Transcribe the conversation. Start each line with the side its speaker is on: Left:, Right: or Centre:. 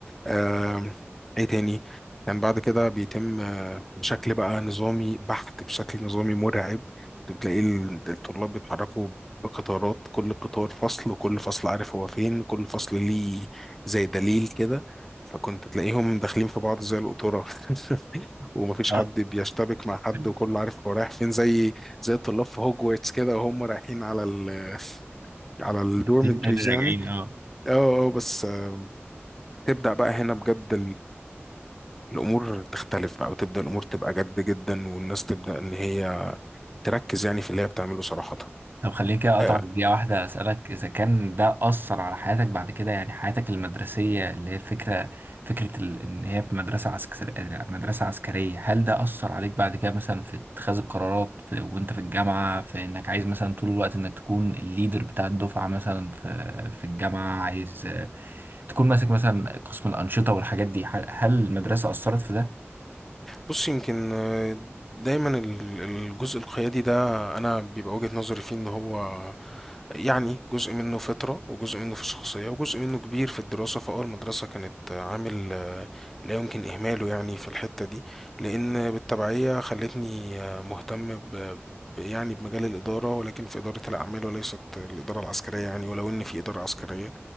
Centre: آم، ايه تاني كان بعد كده بيتم آه، بشكل بقى نظامي بحت بشكل نظامي مرعب كنت بتلاقي ال- الطلاب بيتحركوا بقطارات كل قطار فصل وكل فصل عارف هو فين كل فصل ليه زي دليل كده فكنت تلاقيهم داخلين في بعض زي القطورة <laughs> ومفيش
Right: اه
Centre: حد بيشتبك مع حد
Right: <laughs>
Centre: وكله عارف هو رايح فين زي زي الطلاب في هوجورتس كده وهم رايحين على ال على الدورمتريز
Right: اتنين تاني راجعين
Centre: يعني
Right: اه
Centre: اه اه بس آه، تبدأ بقى هنا بجد الامور تختلف بقى وتبدا الامور تبقى جد جدا والناس تبدا ان هي تركز يعني في اللي هي بتعمله صراحه
Right: طب خليني كده اقطع
Centre: آه،
Right: دقيقة واحدة اسألك اذا كان ده اثر على حياتك بعد كده يعني حياتك المدرسية اللي هي الفكرة فكرة ال... ان هي في مدرسة عسكرية مدرسة عسكرية هل ده اثر عليك بعد كده مثلا في اتخاذ القرارات في... وانت في الجامعة في انك عايز مثلا طول الوقت انك تكون الليدر بتاع الدفعة مثلا في في الجامعة عايز آه، تكون ماسك مثلا قسم الأنشطة والحاجات دي هل هل المدرسة اثرت في ده
Centre: بص يمكن آه، دايما ال- الجزء القيادي ده انا بيبقى وجهة نظري فيه ان هو يعني جزء منه فطرة وجزء منه في الشخصية وجزء منه كبير في الدراسة فأول المدرسة كانت عامل آه، لا يمكن إهماله يعني في الحتة دي لأن بالتبعية خلتني آه، مهتم ب ب- يعني بمجال الإدارة ولكن في إدارة الأعمال وليست الإدارة العسكرية يعني ولو إن في إدارة عسكرية